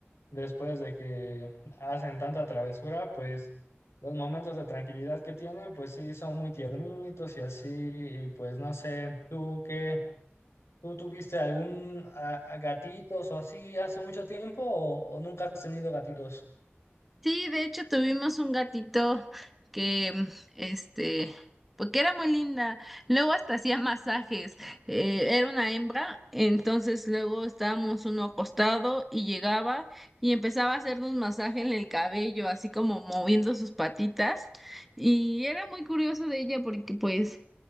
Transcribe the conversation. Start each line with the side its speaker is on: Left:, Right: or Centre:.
Left: después de que hacen tanta travesura, pues los momentos de tranquilidad que tienen pues sí son muy tiernitos y así, y pues no sé, ¿tú qué? ¿Tú tuviste algún a- a gatitos o así hace mucho tiempo o o nunca has tenido gatitos?
Centre: Sí, de hecho tuvimos un gatito que, mm, este, porque era muy linda. Luego hasta hacía masajes. Eh, era una hembra, entonces luego estábamos uno acostado y llegaba y empezaba a hacernos masaje en el cabello, así como moviendo sus patitas. Y era muy curioso de ella porque, pues,